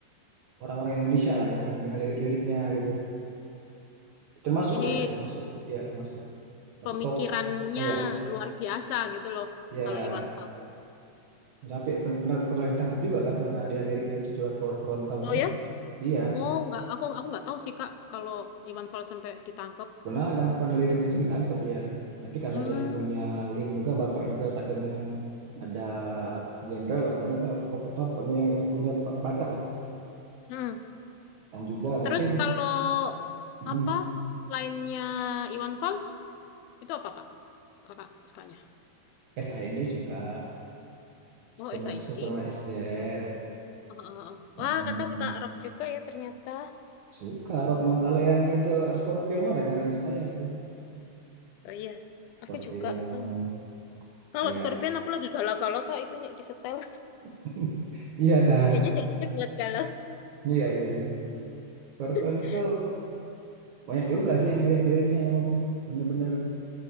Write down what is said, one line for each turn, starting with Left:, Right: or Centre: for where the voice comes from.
Right: orang-orang Indonesia lagi dengan dengan lirik-liriknya gitu. Termasuk
Left: Jadi
Right: deh ya, termasuk. Ya, termasuk. Masuk
Left: pemikirannya
Right: top. Ah, ya,
Left: luar biasa gitu loh
Right: ya
Left: kalau Iwan Fals.
Right: sampai pen- pernah pernah ditangkap juga kan karena dia liriknya itu sudah pro- frontal
Left: Oh
Right: kan.
Left: ya?
Right: Iya,
Left: Oh, nggak, aku aku nggak tahu sih Kak kalau Iwan Fals sampai ditangkap.
Right: pernah ditangkap karena liriknya itu ditangkap dia. Tapi karena
Left: Hmm.
Right: dia punya link juga bapaknya juga katanya ada jenderal apa apa, apa, apa pokoknya yang, yang punya pangkat lah
Left: hmm
Right: Dan juga mungkin
Left: Terus kalau
Right: mm,
Left: apa lainnya Iwan Fals itu apa Kak? Kakak sukanya?
Right: SID suka,
Left: Oh,
Right: Superman,
Left: SID.
Right: Superman is Dead,
Left: Oh, oh, oh.
Right: mm,
Left: Wah, Kakak suka rock juga ya ternyata.
Right: suka Rockma. Kalau yang itu Scorpion mah dengaran saya tuh.
Left: Oh iya.
Right: Scorpion,
Left: Aku juga itu. Kalau
Right: ya,
Left: Scorpion aku lagi galau-galau Kak itunya di setel.
Right: <laughs> iya ta,
Left: Kayaknya cocok buat galau.
Right: iya iya iya. Scorpion
Left: <laughs>
Right: itu banyak juga sih yang lirik-liriknya yang bener-bener